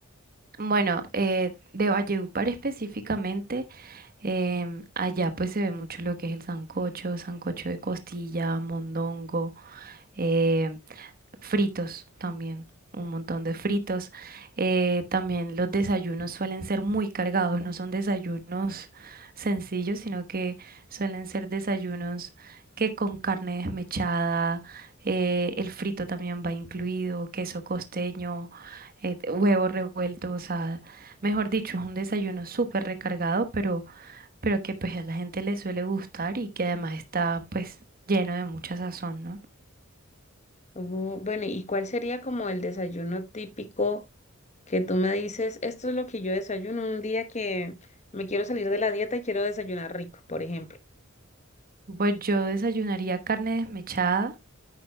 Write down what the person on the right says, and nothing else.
Bueno, eh, de Valledupar específicamente. Em, allá pues se ve mucho lo que es el sancocho, sancocho de costilla, mondongo, eh, fritos también, un montón de fritos. Eh, también los desayunos suelen ser muy cargados, no son desayunos sencillos, sino que suelen ser desayunos que con carne desmechada, eh, el frito también va incluido, queso costeño, eh, huevo revuelto, o sea, mejor dicho, es un desayuno súper recargado, pero pero que pues a la gente le suele gustar y que además está pues lleno de mucha sazón, ¿no?
Pues yo desayunaría carne desmechada